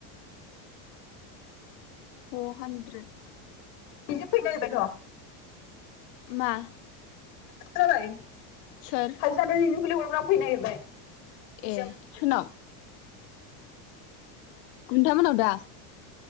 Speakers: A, on the left; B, on the left.
A: फर हानद्रेद
B: बिसोर फैनो नागिरबायथ'।
A: मा?
B: खोनाबाय? <unintelligible>
A: सोर
B: फुरा फैनो नागिरबाय। निजोम
A: ए सोरनाव, खन्थामोनाव दा?